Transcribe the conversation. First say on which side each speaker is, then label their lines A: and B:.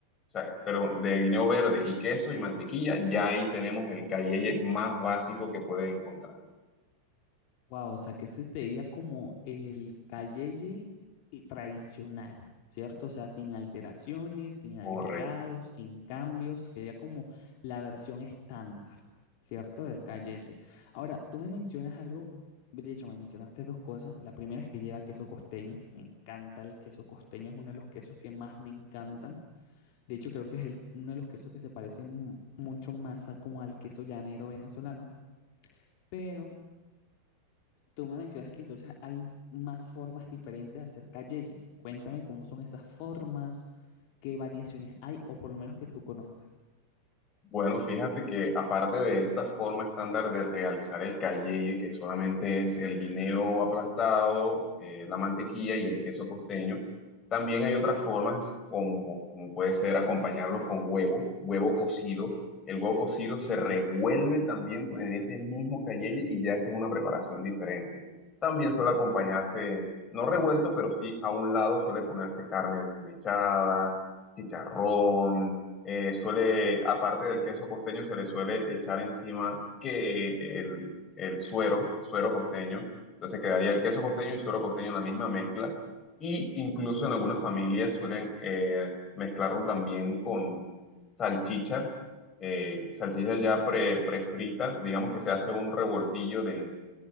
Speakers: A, on the left; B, on the left.
A: o sea, perdón, de guineo verde y queso y mantequilla, ya ahí tenemos el cayeye más básico que puedes encontrar.
B: Wow, o sea que ese te diría como el calleye y tradicional, ¿cierto? O sea, sin alteraciones, sin agregados,
A: Correcto.
B: sin cambios, sería como la versión estándar, ¿cierto? Del calleye. Ahora, tú me mencionas algo, de hecho, me mencionaste dos cosas. La primera es que lleva queso costeño, me encanta el queso costeño, es uno de los quesos que más me encantan. De hecho, creo que es el- uno de los quesos que se parece mu- mucho más a, como al queso llanero venezolano, pero tú me mencionas que entonces hay más formas diferentes de hacer calleye. Cuéntame cómo son esas formas, qué variaciones hay, o por lo menos que tú conozcas.
A: Bueno, fíjate que aparte de esta forma estándar de realizar el calleye, que solamente es el guineo aplastado, eh, la mantequilla y el queso costeño, también hay otras formas como, como puede ser acompañarlos con huevo, huevo cocido. El huevo cocido se revuelve también con- en ese mismo calleye y ya es una preparación diferente. También suele acompañarse, no revuelto, pero sí a un lado suele ponerse carne desmechada, chicharrón eh, suele, aparte del queso costeño, se le suele echar encima que el, el suero, suero costeño. Entonces quedaría el queso costeño y suero costeño en la misma mezcla. Y incluso en algunas familias suelen eh, mezclarlo también con salchicha, eh, salchicha ya pre, prefrita, digamos que se hace un revoltillo de,